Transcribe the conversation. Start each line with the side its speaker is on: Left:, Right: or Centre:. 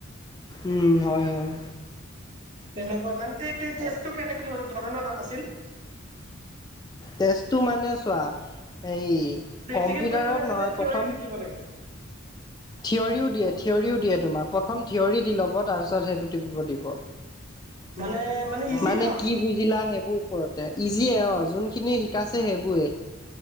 Left: উম-উম, হয়-হয়।
Right: তেনেকুৱা মানে টেষ্টটো কেনেকে ধৰণৰ আছিল।
Left: তেছটো মানে চোৱা সেই
Right: প্ৰেক্টিকেল
Left: কম্পিউটাৰত
Right: কৰিব লাগে
Left: নহয়
Right: নে থিয়ৰিও
Left: প্ৰথম
Right: লিখিব লাগে
Left: থিয়ৰিও দিয়ে থিয়ৰিও দিয়ে তোমাক প্ৰথম থিয়ৰি দি ল'ব, তাৰপিছত সেইটো টিপিব দিব।
Right: মানে ইজি
Left: মানে
Right: ন
Left: কি নিদিলা সেইবোৰ ওপৰতে ইজিয়ে অ' যোনখিনি শিকাইছে সেইবোৰে।